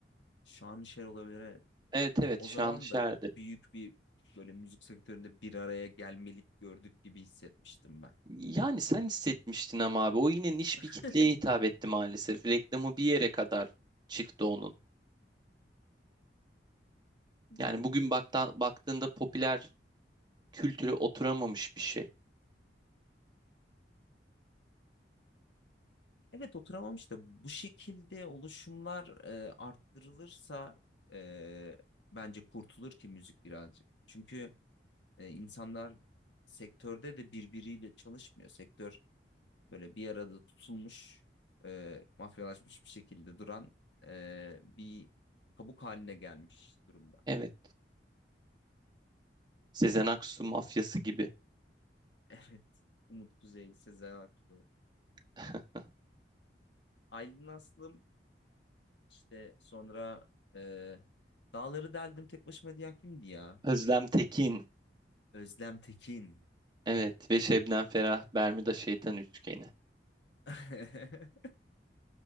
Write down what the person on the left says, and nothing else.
Şanışer olabilir. evet.
O
zaman da büyük bir böyle müzik sektöründe bir araya gelmelik gördük gibi hissetmiştim ben.
<laughs>
Yani
Evet oturamamış da bu şekilde oluşumlar e, arttırılırsa e, bence kurtulur ki müzik birazcık. Çünkü e, insanlar sektörde de birbiriyle çalışmıyor. Sektör böyle bir arada tutulmuş, e, mafyalaşmış bir şekilde duran e, bir kabuk haline gelmiş durumda. <laughs>
Evet. Umut Kuzey, Sezen Aksu.
Aylin Aslım işte sonra e, Dağları deldim tek başıma diyen kimdi ya?
Özlem Tekin.
<laughs>